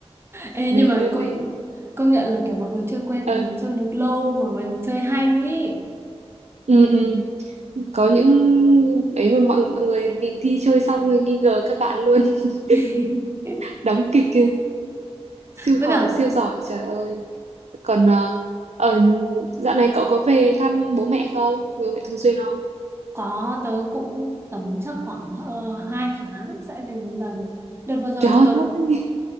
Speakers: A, on the right (about 20°); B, on the right (about 80°).
A: Ê,
B: mệt
A: nhưng mà
B: ơi
A: công
B: mệt
A: công nhận là kiểu mọi người chưa quen
B: ờ,
A: mọi người chơi được lâu mà mọi người chơi hay ý
B: ừ, ừ. có những ấy mà mọi mọi người đi thi chơi xong rồi nghi ngờ các bạn luôn <laughs>
A: <laughs>
B: đóng kịch kìa. siêu
A: với
B: họ
A: cả
B: siêu giỏi trời ơi còn ờ, ở dạo này cậu có về thăm bố mẹ không bố mẹ thường xuyên không
A: có tớ cũng tầm chắc khoảng uh, 2 tháng sẽ về một lần đợt vừa rồi
B: trời ơi
A: thì tớ
B: <laughs>